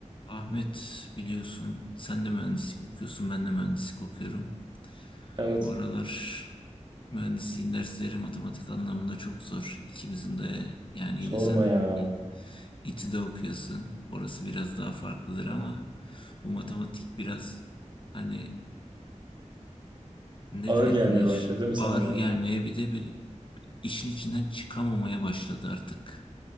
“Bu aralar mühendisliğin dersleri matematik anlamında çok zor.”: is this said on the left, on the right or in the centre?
Left